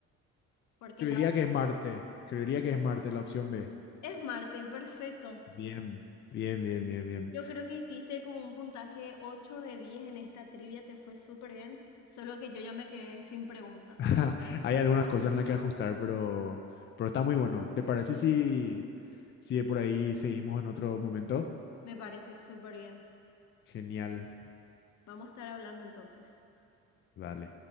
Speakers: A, on the left (about 70°); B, on the left (about 40°).
A: porque
B: Creería
A: la otra
B: que es Marte.
A: vez.
B: Creería que es Marte la opción B.
A: Es Marte, perfecto.
B: Bien, bien, bien, bien, bien.
A: Yo creo que hiciste como un puntaje 8 de 10 en esta trivia, te fue súper bien, solo que yo ya me quedé sin preguntas.
B: <laughs> Hay algunas cosas en las que ajustar, pero, pero está muy bueno. ¿Te parece
A: Sí.
B: si, si de por ahí seguimos en otro momento?
A: Me parece súper bien.
B: Genial.
A: Vamos a estar hablando entonces.
B: Dale.